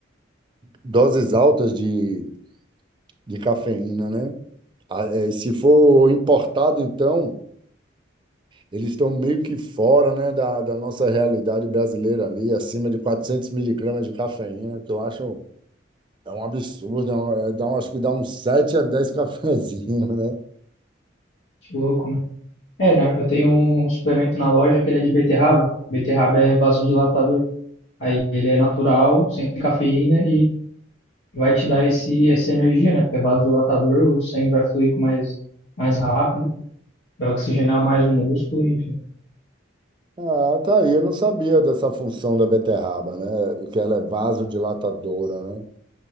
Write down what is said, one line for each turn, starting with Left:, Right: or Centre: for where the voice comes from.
Right: doses altas de, de cafeína, né? Ah, é, se for importado, então Eles estão meio que fora, né, da, da nossa realidade brasileira ali, acima de 400 miligramas de cafeína, que eu acho é um absurdo, é um- é, dá, um- acho que dá uns sete a dez <laughs> cafezinhos, né?
Left: que louco, né? É, né, eu tenho um suplemento na loja que ele é de beterraba. Beterraba é vasodilatador. Aí ele é natural, sem cafeína vai te dar esse, essa energia, né? Porque vasodilatador, o sangue vai fluir com mais, mais rápido, vai oxigenar mais o músculo, enfim.
Right: Ah, tá aí, eu não sabia dessa função da beterraba, né? Que ela é vasodilatadora, né?